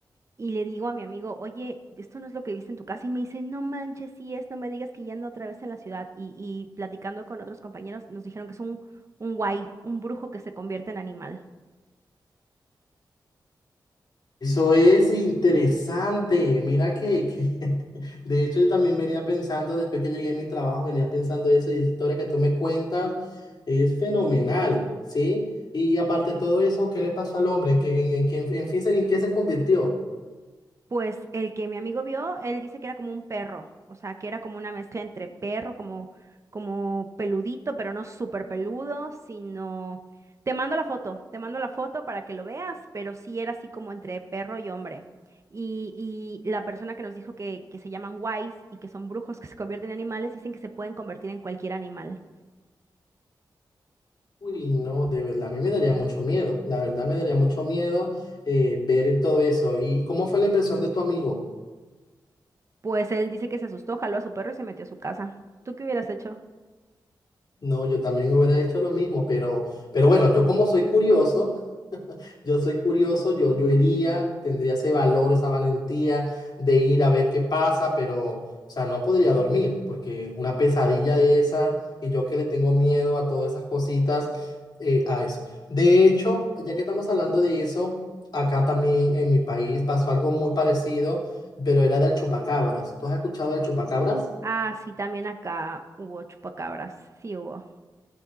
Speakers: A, on the right; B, on the left.
A: Y le digo a mi amigo, oye, esto no es lo que viste en tu casa. Y me dice, no manches, sí es, no me digas que ya ando otra vez en la ciudad. Y, y platicando con otros compañeros, nos dijeron que es un, un guay, un brujo que se convierte en animal.
B: eso es interesante. Mira que, que- <laughs> de hecho yo también venía pensando, después que llegué a mi trabajo, venía pensando eso y esa historia que tú me cuentas es fenomenal, ¿sí? Y, aparte de todo eso, ¿qué le pasó al hombre? ¿En qué, en, en qué- en fin, se- en qué se convirtió?
A: Pues el que mi amigo vio, él dice que era como un perro, o sea, que era como una mezcla entre perro, como, como peludito, pero no súper peludo, sino... Te mando la foto, te mando la foto para que lo veas, pero sí era así como entre perro y hombre. Y, y la persona que nos dijo que, que se llaman wise y que son brujos <laughs> que se convierten en animales, dicen que se pueden convertir en cualquier animal.
B: Uy, no, de verdad, a mí me daría mucho miedo, la verdad me daría mucho miedo eh, ver todo eso. ¿Y cómo fue la impresión de tu amigo?
A: Pues él dice que se asustó, jaló a su perro y se metió a su casa. ¿Tú qué hubieras hecho?
B: No, yo también hubiera hecho lo mismo, pero, pero bueno, yo como soy curioso, yo soy curioso, yo, yo iría, tendría ese valor, esa valentía de ir a ver qué pasa, pero, o sea, no podría dormir, porque una pesadilla de esa, y yo que le tengo miedo a todas esas cositas, eh, a eso. De hecho, ya que estamos hablando de eso, acá también en mi país pasó algo muy parecido, pero era del chupacabras. ¿Tú has escuchado del chupacabras?
A: Ah, sí, también acá hubo chupacabras, sí hubo.